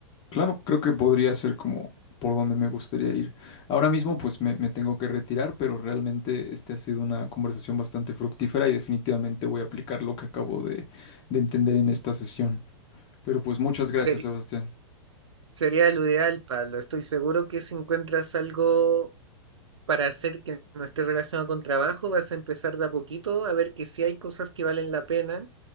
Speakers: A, on the left; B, on the right.
A: Claro, creo que podría ser como por donde me gustaría ir. Ahora mismo pues me, me tengo que retirar, pero realmente este ha sido una conversación bastante fructífera y definitivamente voy a aplicar lo que acabo de, de entender en esta sesión. Pero pues muchas gracias,
B: Ser-
A: Sebastián.
B: sería lo ideal, Pablo. Estoy seguro que si encuentras algo para hacer que no esté relacionado con trabajo, vas a empezar de a poquito a ver que sí hay cosas que valen la pena